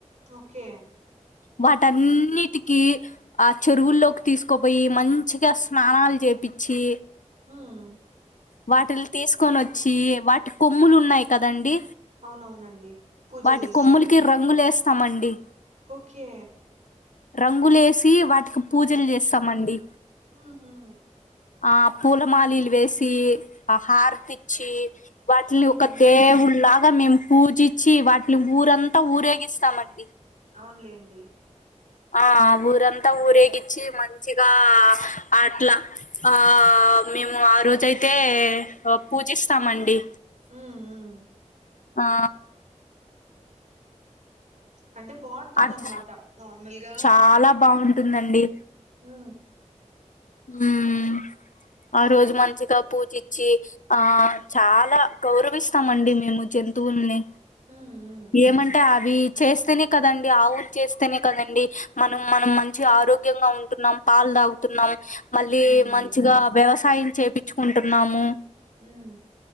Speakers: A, on the right (about 75°); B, on the left (about 85°).
A: ఓకే
B: వాటన్నిటికిీ ఆ చెరువుల్లోకి తీసుకోపోయి మంచిగా స్నానాలు చేపిచ్చి
A: ఉమ్
B: వాటిల్ తీసుకొనోచ్చి వాటి కొమ్ములు ఉన్నాయి కదండి
A: అవునవునండి పూజ
B: వాటి
A: చేస్తారు
B: కొమ్ములకి రంగులేస్తామండి
A: ఓకే
B: రంగులేసి వాటికి పూజలు చేస్తామండి
A: ఉహు
B: ఆ పూలమాలిలు వేసి ఆ హార్తొచ్చి వాటిని
A: ఉమ్
B: ఒక
A: ఉమ్
B: దేవుళ్లాగా మేము పూజచ్చి వాటిని ఊరంతా ఊరేగిస్తామండి
A: అవునులేండి
B: ఆ ఊరంత ఊరేగిచ్చి మంచిగా అట్లా ఆ మేము ఆ రోజయితే పూజిస్తమండి
A: ఉమ్ ఉమ్
B: ఆ
A: అంటే బాగుంటుందనమట
B: అట్
A: నార్మల్గా
B: చాలా బాగుంటుందండి
A: హ
B: ఉమ్ ఆ రోజు మంచిగా పూజీచ్చి ఆ చాలా గౌరవిస్తమండి మేము జంతువుల్ని
A: <inaudible>
B: ఏమంటే అవి చేస్తేనే కదండి ఆవులు చేస్తేనే కదండి మనం మనం మంచి ఆరోగ్యంగా ఉంటున్నాం పాలు తాగ్ తున్నం మళ్ళీ
A: అవునులేండి
B: మంచిగా వ్యవసాయం చేపిచ్చుకుంటున్నాము
A: ఉమ్